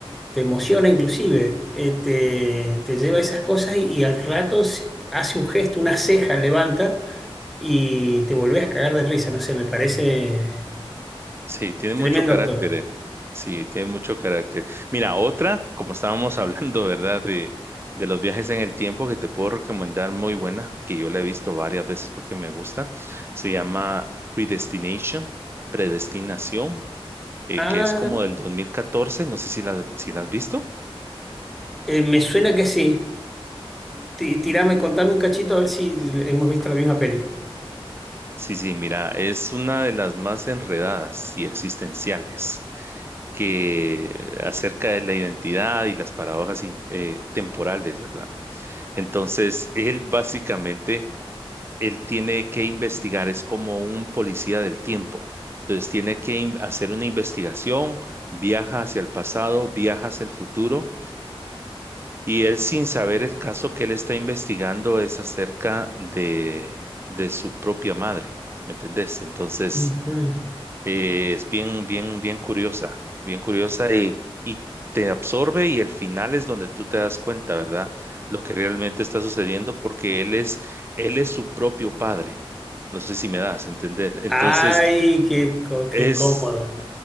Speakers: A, in the centre; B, on the right.
A: te emociona inclusive, eh, te, te lleva a esas cosas y, y al rato s- hace un gesto, una ceja levanta y te volvés a cagar de risa, no sé, me parece
B: Sí, tiene
A: tremendo
B: mucho carácter,
A: actor.
B: eh. Sí, tiene mucho carácter. Mira, otra, como estábamos <laughs> hablando, ¿verdad? De, de los viajes en el tiempo que te puedo recomendar muy buena, que yo la he visto varias veces porque me gusta, se llama Predestination, Predestinación, eh,
A: Ah,
B: que es como del 2014. no sé si la, si la has visto.
A: eh, me suena que sí. Ti- Tirame, contame un cachito a ver si hemos visto la misma peli.
B: Sí, sí, mira, es una de las más enredadas y existenciales que eh, acerca de la identidad y las paradojas eh, temporales, ¿verdad? Entonces, él básicamente, él tiene que investigar, es como un policía del tiempo. Entonces, tiene que in- hacer una investigación, viaja hacia el pasado, viaja hacia el futuro, y él sin saber el caso que él está investigando es acerca de, de su propia madre, ¿me entendés? Entonces,
A: Ujú.
B: eh, es bien, bien, bien curiosa, bien curiosa y, y te absorbe y el final es donde tú te das cuenta, ¿verdad? Lo que realmente está sucediendo porque él es, él es su propio padre. No sé si me das a entender. Entonces,
A: Ay, qué, co- qué
B: es,
A: incómodo.